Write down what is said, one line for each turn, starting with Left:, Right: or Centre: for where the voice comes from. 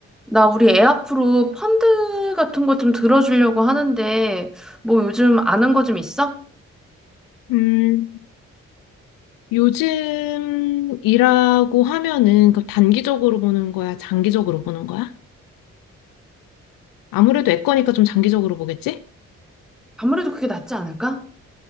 Centre: 나 우리 애 앞으로 펀드 같은 거 좀 들어주려고 하는데, 뭐 요즘 아는 거 좀 있어?
Left: 음, 요즘 이라고 하면은 그 단기적으로 보는 거야? 장기적으로 보는 거야? 아무래도 애 거니까 좀 장기적으로 보겠지?
Centre: 아무래도 그게 낫지 않을까?